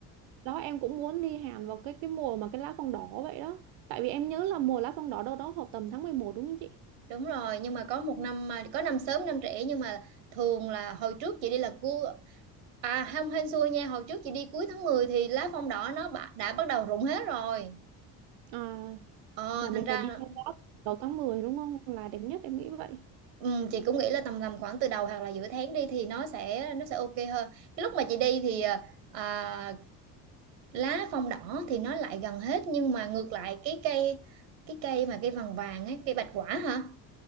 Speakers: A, on the right; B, on the right.
A: đó em cũng muốn đi Hàn vào cái cái mùa mà cái lá phong đỏ vậy đó. Tại vì em nhớ là mùa lá phong đỏ đâu đó hợp tầm tháng 11 đúng không chị?
B: Đúng rồi, nhưng mà có một năm mà có năm sớm năm trễ nhưng mà thường là hồi trước chị đi là cua à không hên xui nha, hồi trước chị đi cuối tháng 10 thì lá phong đỏ nó bạ- đã bắt đầu rụng hết rồi.
A: À,
B: Ờ
A: là mình
B: thành ra
A: phải đi
B: là-
A: lên đó đầu tháng 10 đúng không? Là đẹp nhất em nghĩ vậy.
B: ừ, chị cũng nghĩ là tầm tầm khoảng từ đầu hoặc là giữa tháng đi thì nó sẽ nó sẽ ok hơn. Cái lúc mà chị đi thì ờ, à, lá phong đỏ thì nó lại gần hết nhưng mà ngược lại cái cây cái cây mà cây vàng vàng ấy, cây bạch quả hả?